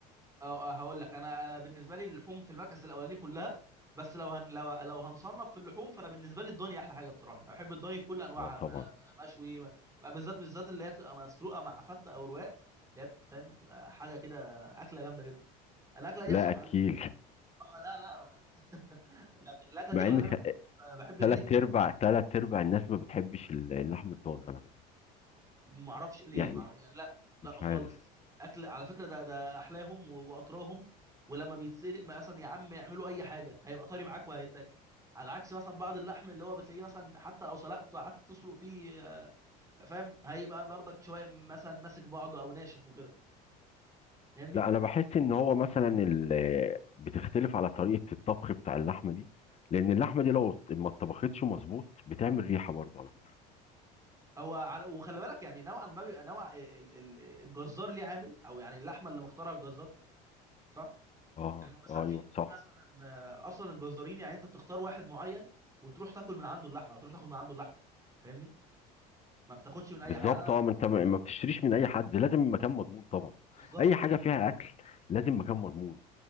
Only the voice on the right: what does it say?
آه، آه، هقول لك انا انا بالنسبه لي اللحوم في المركز الاولاني كلها بس لو هن لو لو هنصنف في اللحوم فانا بالنسبه لي الضاني احلى حاجه بصراحه بحب الضاني في كل انواعها
ما- ما- مشوي ما- ما- بالذات بالذات اللي هي بتبقى مسلوقه مع فته او رواق اللي هي فاهم بتبقى حاجه كده اكله جامده جدا الاكله دي
اصلا
مع اه لا لا <laughs> الأك- الاكله
دي خلي
بالك انا بحب العيد
الكبير
عشان
ما اعرفش ليه
مع... يعني لا لا
خالص
اكل على فكره ده ده احلاهم و- واطراهم ولما بيتسلق ما اصلا يا عم اعملوا اي حاجه هيبقى طري معاك وهيتاكل على عكس مثلا بعض اللحم اللي هو بتلاقيه مثلا حتى لو سلقته قعدت تسلق فيه آه، فاهم هيبقى برضك شويه مثلا ماسك بعضه او ناشف وكده فاهمني
هو على وخلي بالك يعني نوعا ما بيبقى نوع ال- ال- الجزار ليه عامل او يعني اللحمه اللي مختارها الجزار صح
يعني هو مثلا
في
في
مثلا آه، اصلا الجزارين يعني انت بتختار واحد معين وتروح تاكل من عنده اللحمه او تروح تاخد من عنده اللحمه فاهمني ما بتاخدش من اي
حاجه يعني
أنا-
بالظبط